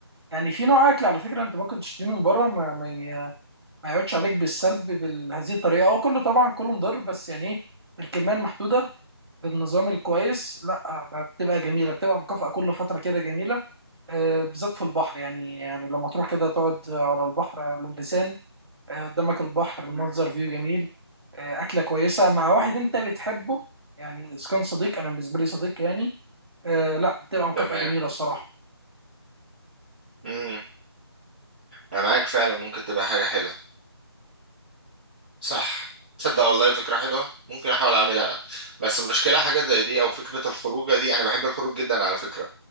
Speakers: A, on the right (about 65°); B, on the right (about 20°).
A: يعني في نوع اكل على فكره انت ممكن تشتريه من بره ما, ما, ي... ما يقعدش عليك بالسلب بهذه الطريقه هو كله طبعا كله مضر بس يعني ايه الكميه المحدوده بالنظام الكويس لا ما بتبقى جميله بتبقى مكافاه كل فتره كده جميله آه، بالذات في البحر يعني يعني لما تروح كده تقعد على البحر على اللسان آه، قدامك البحر منظر فيو جميل آه، اكله كويسه مع واحد انت بتحبه يعني اذا كان صديق انا بالنسبه لي صديق يعني آه، لا بتبقى مكافاه
B: تمام
A: جميله الصراحه
B: امم انا معاك فعلا ممكن تبقى حاجه حلوه صح تصدق والله فكره حلوه ممكن احاول اعملها بس المشكله حاجه زي دي او فكره الخروجه دي انا بحب الخروج جدا على فكره